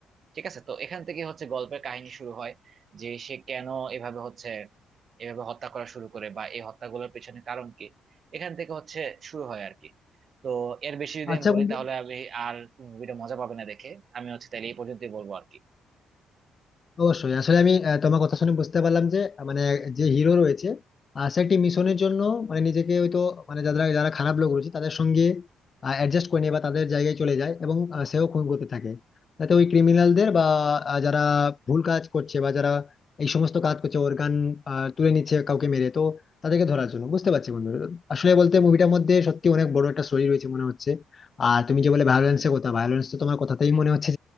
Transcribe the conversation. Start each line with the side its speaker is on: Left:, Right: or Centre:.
Right: ঠিক আছে তো এখান থেকে হচ্ছে গল্পের কাহিনী শুরু হয় যে সে কেন এভাবে হচ্ছে এভাবে হত্যা করা শুরু করে বা এই হত্যাগুলোর পেছনে কারণ কি এখান থেকে হচ্ছে শুরু হয় আর কি তো এর বেশি যদি
Left: আচ্ছা
Right: আমি বলি
Left: বন্ধু
Right: তাহলে আমি আর মুভিটা মজা পাবে না দেখে আমি হচ্ছে তাহলে এই পর্যন্তই বলবো আর কি
Left: অবশ্যই আসলে আমি আহ, তোমার কথা শুনে বুঝতে পারলাম যে আহ, মানে যে হিরো রয়েছে আহ, সে একটি মিশনের জন্য মানে নিজেকে হয়তো মানে যারা যারা খারাপ লোক রয়েছে তাদের সঙ্গে অ্যাডজাস্ট করে নেয় বা তাদের জায়গায় চলে যায় এবং আহ, সেও খুন করতে থাকে যাতে ওই ক্রিমিনালদের বা আহ, যারা ভুল কাজ করছে বা যারা এই সমস্ত কাজ করছে অর্গান তুলে নিচ্ছে কাউকে মেরে তো তাদেরকে ধরার জন্য বুঝতে পারছি বন্ধু আসলে বলতে মুভিটার মধ্যে সত্যি অনেক বড় একটা স্টোরি রয়েছে মনে হচ্ছে আর তুমি যে বলে ভায়োলেন্সের কথা ভায়োলেন্স তো তোমার কথাতেই মনে হচ্ছে